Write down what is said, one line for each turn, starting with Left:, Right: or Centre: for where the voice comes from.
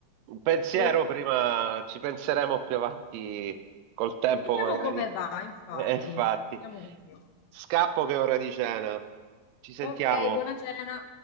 Right: Un pensiero
Left: Boh.
Right: prima, ci penseremo più avanti col tempo
Left: Vediamo
Right: magari.
Left: come va, infatti.
Right: E infatti,
Left: Vediamo come va.
Right: scappo che è ora di cena. Ci sentiamo.
Left: Ok, buona cena.